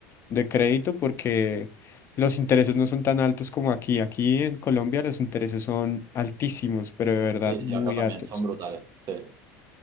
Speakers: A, on the left; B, on the right.
A: de crédito porque los intereses no son tan altos como aquí. Aquí en Colombia los intereses son altísimos, pero de verdad
B: Sí,
A: muy
B: sí, acá también,
A: altos.
B: son brutales. Sí,